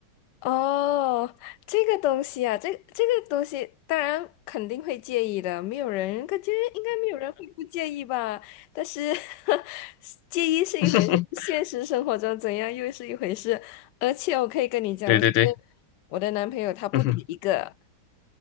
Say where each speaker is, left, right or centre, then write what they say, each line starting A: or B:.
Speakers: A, on the left; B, on the left.
A: 哦，这个东西啊，这这个东西当然肯定会介意的，没有人，感觉应该没有人会不介意吧？但是 <laughs> 介意是一回事，
B: <laughs>
A: 现实生活中怎样又是一回事。而且我可以跟你讲的是，
B: 对对对，
A: 我的男朋友他不止一个，
B: 嗯哼